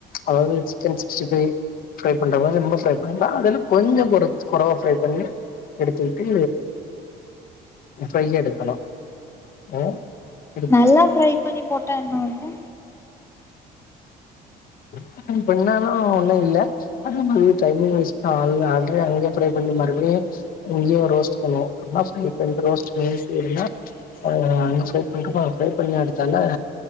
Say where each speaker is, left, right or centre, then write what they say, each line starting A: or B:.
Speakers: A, on the left; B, on the left.
A: அதாவது சிக்கன் சிக்ஸ்டி ஃபைவ் ஃப்ரை பண்ற மாரி ரொம்ப ஃப்ரை பண்ண வேண்டா அதுல கொஞ்சோ கொரச் கொறவா ஃப்ரை பண்ணி எடுத்துகிட்டு ஃப்ரை எடுக்கணு ஆ எடுத்துட்டு
B: நல்லா ஃப்ரை பண்ணி போட்டா என்ன ஆகு
A: சிக்கன் பண்ணாலு ஒண்ணு இல்ல ஃபுல் டைமு வேஸ்ட் தா அத அதுவே அங்கேயே ப்ரை பண்ணி மறுபடியு இங்கேயு ரோஸ்ட் பண்ணுவோ <unintelligible> இந்த ரோஸ்ட் பண்ணி <unintelligible> ஆ அங்க ஃப்ரை பண்றப்போ அது ஃப்ரை பண்ணி எடுத்தால